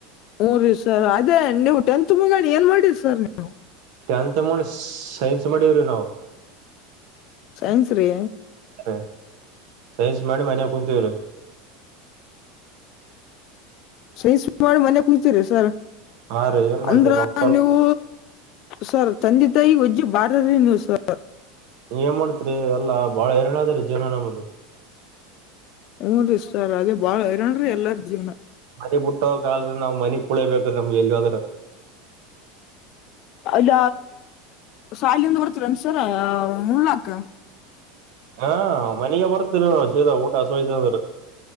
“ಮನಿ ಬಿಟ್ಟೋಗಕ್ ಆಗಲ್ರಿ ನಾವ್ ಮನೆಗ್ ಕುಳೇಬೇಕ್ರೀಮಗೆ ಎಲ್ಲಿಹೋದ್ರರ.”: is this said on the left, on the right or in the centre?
Right